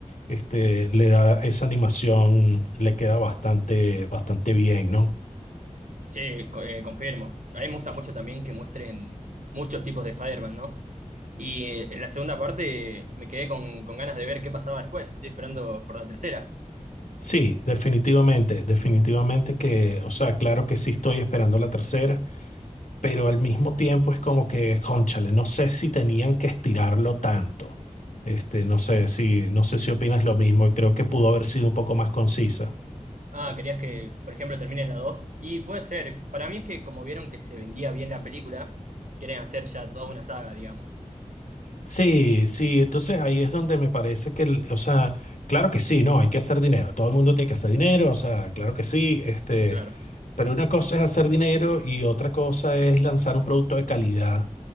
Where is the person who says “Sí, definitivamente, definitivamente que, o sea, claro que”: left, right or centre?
Left